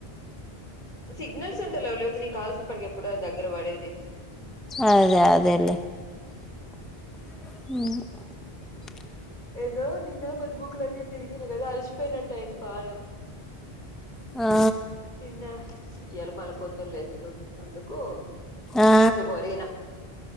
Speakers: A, on the left (about 50°); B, in the centre.
A: సిగ్నల్స్ ఉంటలేవు లేకపోతే నీ కాల్స్ ఇప్పటికి ఎప్పుడో దగ్గర పడేది
B: అదే అదే అదేలే ఆ
A: ఎందో నిన్న పొద్దు పూకల అని అట్ ఇట్ తిరిగింది కదా అలిసిపయినట్టా అయింది పాణం
B: ఆ
A: తిన్నా ఇయాల పల ప్ పొద్దున్ లేసుడు అందుకు
B: ఆ,
A: కోసేపు అరిగినా